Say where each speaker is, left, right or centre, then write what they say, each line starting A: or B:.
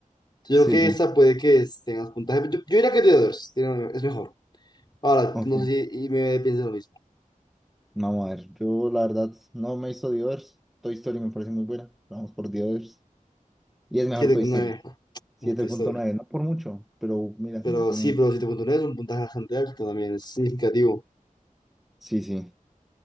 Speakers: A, on the left (about 30°); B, in the centre.
A: Yo
B: Sí,
A: creo que
B: sí.
A: esta puede que es- tenga más puntaje. Yo, yo diría que The Others tiene- es mejor. Ahora,
B: Ok.
A: no sé si y me piensa lo mismo.
B: Vamos a ver. Yo, la verdad, no me hizo The Others. Toy Story me parece muy buena. Vamos por The Others. Y es mejor
A: 7,9.
B: Toy Story. siete
A: No, Toy
B: punto
A: Story.
B: nueve no por mucho, pero mira,
A: Pero
B: no tiene.
A: sí, pero siete punto nueve es un puntaje bastante alto también, es significativo.
B: Sí, sí.